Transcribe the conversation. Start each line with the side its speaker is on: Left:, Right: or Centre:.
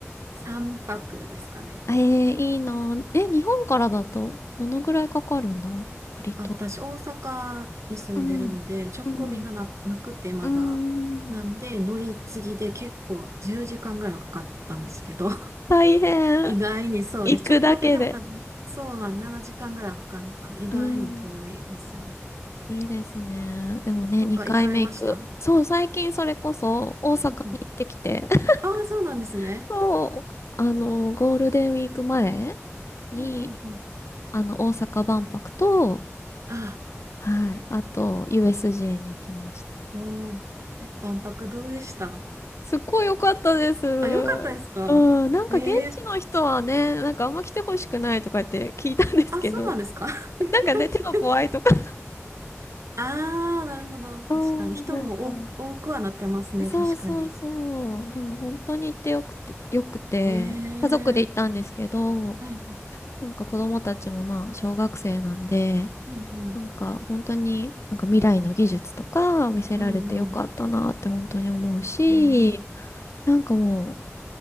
Right: 3泊ですかね。
Left: ええいいな。え、日本からだと、どのぐらいかかるんだろう割と。
Right: あ、私、大阪に住んでるので、
Left: うん。
Right: 直行便がな、
Left: うん。
Right: なくてまだ。
Left: うん。
Right: なんで、乗り継ぎで結構10時間ぐらいはかかったんですけど、<laughs>
Left: 大変。
Right: 意外にそうです。
Left: 行くだけで。
Right: 直行便でも多分、そうなん、7時間ぐらいはかかるのかな。意外に遠いですよね。
Left: うん。いいですね。でもね、
Right: とか、
Left: 2回目行く。
Right: 行かれましたう
Left: そう、最近それこそ大阪に行ってきて、
Right: んうん。
Left: <laughs>
Right: ああ、そうなんですね。
Left: そう。あの、ゴールデンウィーク前に、
Right: うんうんうん。
Left: あの、大阪万博と、
Right: あ
Left: はい、あと、USJ に行きました。
Right: あ、おー。え、万博どうでした
Left: すっごい良かったです。うん、
Right: あ、よかったですかええー
Left: なんか現地の人はね、なんかあんま来てほしくないとかって聞いたんですけど、
Right: あ、そうなんですか <laughs>
Left: <laughs>
Right: いやそれは聞いて
Left: なんかね、手が怖いとか。
Right: ああ、なるほど。確かに。
Left: そう、
Right: 人も多、
Left: なんか。
Right: 多くはなってますね。
Left: そうそうそう。
Right: 確かに。
Left: でも本当に行ってよくて、よくて、
Right: ええー
Left: 家族で行ったんですけど、
Right: はいはい。
Left: なんか子供たちもまあ小学生なんで、
Right: うんうん。
Left: なんか本当になんか未来の技術とか見せられてよかったなって本当に思うし、
Right: うんうん。ええー
Left: なんかも